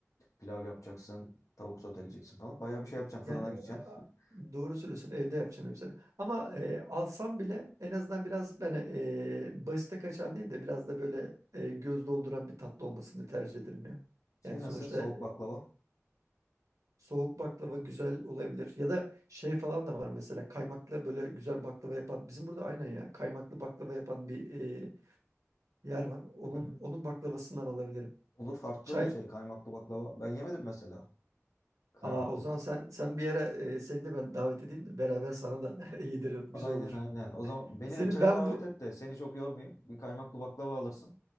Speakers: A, on the left; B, on the right.
A: pilav yapacaksın, tavuk soteleyeceksin falan. Bayağı bir şey yapacaksın.
B: yani
A: Fırına gideceksin.
B: e,
A: <laughs>
B: doğru söylüyorsun evde yapacağım hepsini. Ama e, alsam bile en azından biraz ben e, basite kaçan değil de biraz da böyle e, göz dolduran bir tatlı olmasını tercih ederim ya.
A: Şey
B: Yani sonuçta
A: nasıl? Soğuk
B: e,
A: baklava.
B: soğuk baklava güzel olabilir. Ya da şey falan da var mesela kaymaklı böyle güzel baklava yapan. Bizim burada aynen ya kaymaklı baklava yapan bir e, yer var. Onun
A: Hı hı.
B: onun baklavasından alabilirim.
A: Olur farklı
B: Çay
A: bir şey. Kaymaklı baklava. Ben yemedim mesela. Kaymaklı.
B: Aa, o zaman sen sen bir yere e, seni de ben davet edeyim de beraber sana da <laughs> yediririm.
A: Aynen
B: Güzel olur.
A: aynen. O zaman beni
B: Senin
A: de çaya
B: ben
A: davet
B: bu
A: et de seni çok yormayayım. Bir kaymaklı baklava alırsın.